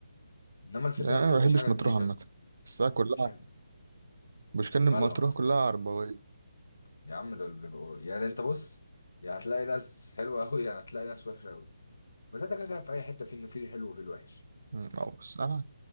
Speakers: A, on the left (about 65°); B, on the right (about 55°).
A: انما الفكره
B: يعني
A: ان انت
B: انا ما
A: مفيش
B: بحبش
A: حاجه
B: مطروح
A: جديده
B: عامه بس أنا كلها
A: مش عارف.
B: مش كان
A: مالها
B: مطروح
A: مطروح
B: كلها عربويه
A: يا عم ده اللي بيبقوا- يعني انت بص يا هتلاقي ناس حلوه قوي يا هتلاقي ناس وحشه قوي بس انت كده كده في اي حته في في الحلو وفي الوحش
B: م، أو بس انا